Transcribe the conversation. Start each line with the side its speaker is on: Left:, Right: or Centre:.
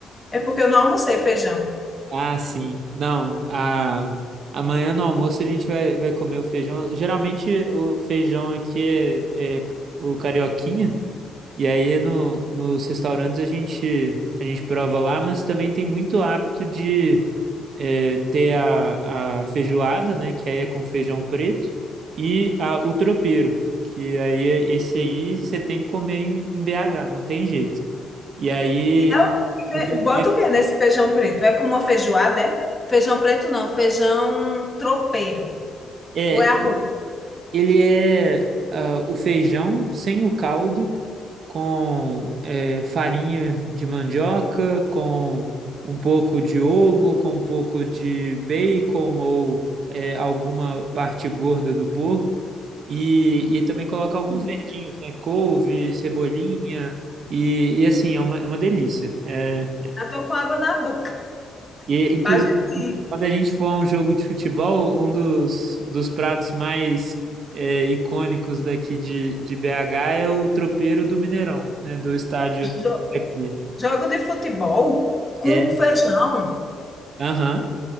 Left: é porque eu não almocei feijão.
Right: ah, sim. Não, a, amanhã no almoço a gente vai, vai comer o feijão. Geralmente o feijão aqui é, é o carioquinha, E aí no, nos restaurantes a gente, a gente prova lá, mas também tem muito hábito de é, ter a, a feijoada, né? Que aí é com feijão preto, e a- o tropeiro, que aí é- esse aí você tem que comer em, em BH, não tem jeito. E aí
Left: E não,
Right: o
Left: fe-
Right: tropeiro.
Left: bota o que nesse feijão preto? É como uma feijoada, é? Feijão preto não, feijão tropeiro.
Right: É,
Left: Ou é arroz?
Right: Ele é ah, o feijão sem o caldo, com eh, farinha de mandioca, com um pouco de ovo, com um pouco de bacon ou eh, alguma parte gorda do porco. E, e também coloca alguns
Left: Hum,
Right: verdinhos, né? Couve, cebolinha. E, e, assim, é uma, é uma delícia. É,
Left: Já tô com água na boca.
Right: e, inclusive,
Left: A gente
Right: quando a gente for a um jogo de futebol, um dos, dos pratos mais é, icônicos daqui de, de BH é o tropeiro do Mineirão, né? Do estádio
Left: jo-
Right: aqui.
Left: jogo de futebol com
Right: É,
Left: feijão.
Right: aham.